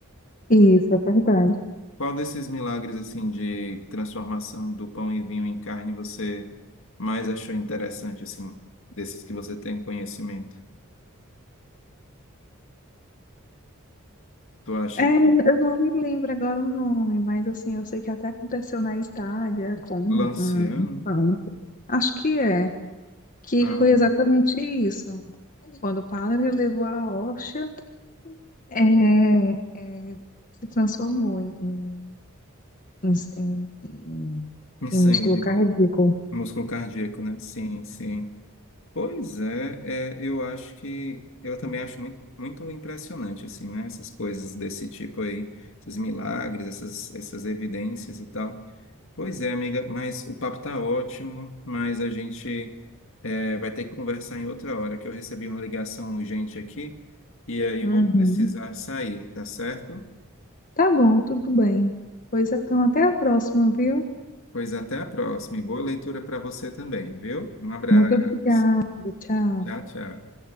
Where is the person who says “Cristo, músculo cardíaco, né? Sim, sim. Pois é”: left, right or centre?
Left